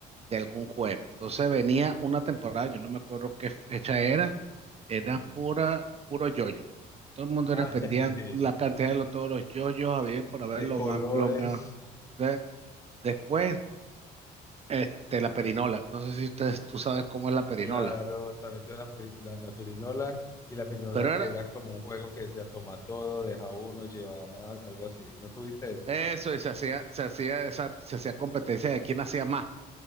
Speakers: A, on the right; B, on the left.
A: de algún juego. Entonces venía una temporada, yo no me acuerdo qué fecha era, era
B: sí.
A: pura, puro yoyo. Todo el mundo
B: <laughs>
A: era pendían
B: Ay, sí,
A: la cantidad de los, todos los yoyos, había por haber
B: de
A: los
B: colores.
A: más, los más. De- Después, este, la perinola. No sé si ustedes, tú sabes cómo es la perinola.
B: Claro, también tuve la, pri- la, la pirinola y la pirinola
A: Pero
B: que
A: era
B: era como un juego que decía toma todo, deja uno, lleva más, algo así. ¿No tuviste eso?
A: eso, y se hacía, se hacía esa, se hacía competencia de quién hacía más.